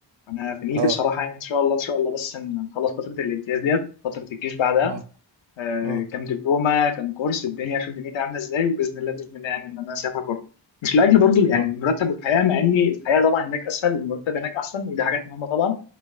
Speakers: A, on the left; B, on the right.
A: انا في نيتي
B: اه
A: بصراحه يعني ان شاء الله ان شاء الله بس إن نخلص فتره الامتياز ديت فتره الجيش بعدها
B: اه
A: آه
B: اه
A: كام دبلومه كام كورس الدنيا اشوف دنيتي عامله ازاي وباذن الله باذن الله يعني ان انا اسافر بره مش لاجل برضو يعني
B: اه,
A: المرتب والحياه مع ان الحياه طبعا هناك اسهل والمرتب هناك احسن ودي حاجات مهمه طبعا